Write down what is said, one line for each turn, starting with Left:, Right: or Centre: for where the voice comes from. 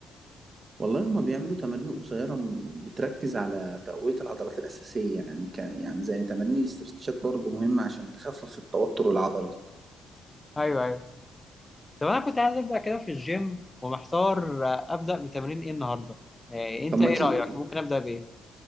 Right: والله هما بيعملوا تمارين قصيرة م- بتركز على تقوية العضلات الأساسية يعني ك... يعني زي تمارين الاسترتشات برضو مهمة عشان تخفف التوتر العضلي
Left: أيوه أيوه طب أنا كنت عايز أبدأ كده في الجيم ومحتار آه، أبدأ بتمرين إيه النهاردة؟ آه أنت
Right: طب ما
Left: إيه
Right: تيجي
Left: رأيك؟ ممكن أبدأ بإيه؟